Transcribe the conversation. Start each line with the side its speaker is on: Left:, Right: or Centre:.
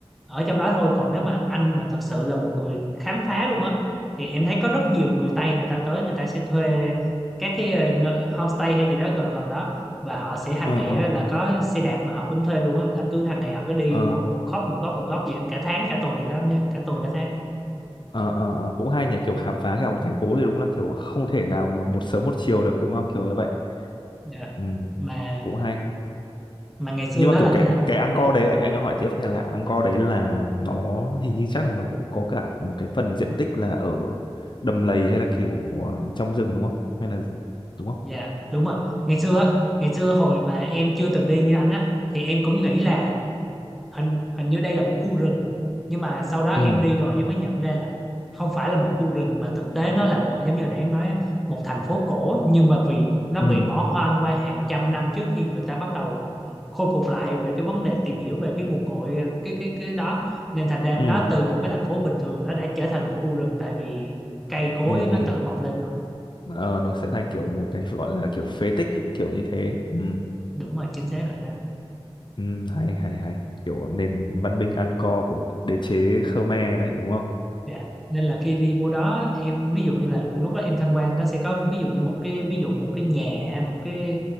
Centre: ở trong đó thôi còn nếu mà anh mà thật sự là một người khám phá luôn á thì em thấy có rất nhiều người Tây người ta tới người ta sẽ thuê các cái ờ, nợ- homestay hay gì đó gần gần đó và họ sẽ hàng
Left: ừ
Centre: ngày
Left: ừ
Centre: á, là có xe đạp mà họ cũng thuê luôn á là cứ hàng ngày họ cứ đi
Left: ừ
Centre: một một góc một góc một góc vậy cả tháng cả tuần vậy đó cả tuần cả tháng
Left: Ờ, ờ, ờ, cũng hay nhỉ kiểu khám phá cả một thành phố thì đúng là kiểu không thể nào mà một sớm một chiều được đúng không kiểu như vậy
Centre: Dạ.
Left: ừ,
Centre: mà
Left: cũng hay
Centre: mà ngày xưa
Left: nhưng mà
Centre: nó
Left: kiểu
Centre: là
Left: cái
Centre: thế-
Left: cái Angkor
Centre: dạ
Left: đấy anh anh hỏi tiếp nha là Angkor đấy là nó hình như chắc là nó cũng có cả một cái phần diện tích là ở đầm lầy hay là kiểu ờ, trong rừng đúng không hay là gì? đúng không
Centre: Dạ đúng rồi ngày xưa á ngày xưa hồi mà em chưa từng đi như anh á thì em cũng nghĩ là hình hình như đây là một khu rừng nhưng mà sau đó em
Left: ừ
Centre: đi rồi em mới nhận ra là không phải là một khu rừng mà thực tế nó là một giống như hồi nãy em nói á, một thành phố cổ nhưng mà vì nó
Left: ừ
Centre: bị bỏ hoang qua hàng trăm năm trước khi người ta bắt đầu khôi phục lại về cái vấn đề tìm hiểu về cái nguồn cội cái cái cái đó nên thành ra
Left: ừ
Centre: nó từ một cái thành phố bình thường nó đã trở thành một khu rừng tại vì cây cối
Left: ừ ừ
Centre: nó tự mọc lên thôi
Left: ờ, nó sẽ thành kiểu một cái gọi là kiểu phế tích ấy, kiểu như thế ừ
Centre: đúng rồi chính xác rồi đó
Left: Ừ, hay hay hay kiểu nền văn minh Angkor của đế chế Khmer đấy đúng không?
Centre: Dạ. Nên là khi đi vô đó em ví dụ như là lúc đó em tham quan nó sẽ có ví dụ như một cái ví dụ một cái nhà hay một cái